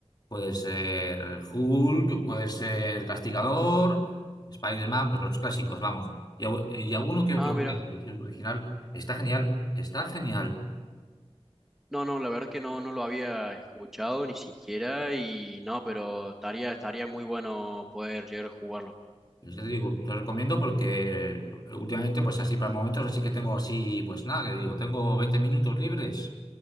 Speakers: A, on the left; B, in the centre.
A: Puede ser Hulk, puede ser Castigador, Spider-Man, pues los clásicos, vamos. Y, algu- y alguno que otro
B: Ah, mira,
A: que es original. Está genial, está genial.
B: no, no, la verdad es que no, no lo había escuchado ni siquiera y no, pero estaría, estaría muy bueno poder llegar a jugarlo.
A: Pues ya te digo, te lo recomiendo porque últimamente, pues así para momentos, así que tengo así, pues nada, que digo, tengo 20 minutos libres.